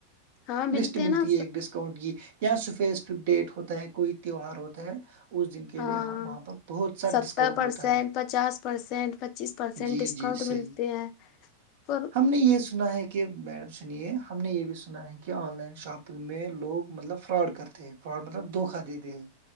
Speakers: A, on the left (about 40°); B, on the right (about 50°).
A: ہاں ملتے
B: لسٹ ملتی
A: ہیں نا
B: ہے ایک ڈسکاؤنٹ کی یا سپیسفک ڈیٹ ہوتا ہے کوئی تیوار ہوتا ہے اس دن کے
A: ہاں
B: لیے ہم وہاں پر بہت سا
A: ستر
B: ڈسکاؤنٹ
A: پرسینٹ
B: ہوتا ہے
A: پچاس پرسینٹ پچیس پرسینٹ
B: جی
A: ڈسکاؤنٹ
B: جی صحیح
A: ملتے ہیں پر
B: ہم نے یہ سنا ہے کہ میڈم سنیے ہم نے یہ بھی سنا ہے کہ آن لائن شاپنگ میں لوگ مطلب فراڈ کرتے ہیں فراڈ مطلب دھوکا دیتے ہے